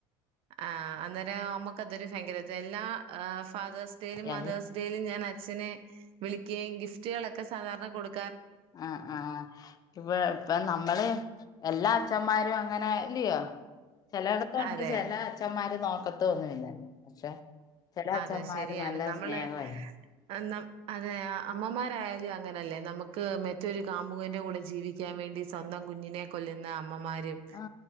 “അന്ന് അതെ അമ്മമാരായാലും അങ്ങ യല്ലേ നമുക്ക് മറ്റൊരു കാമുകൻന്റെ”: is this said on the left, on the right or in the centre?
Right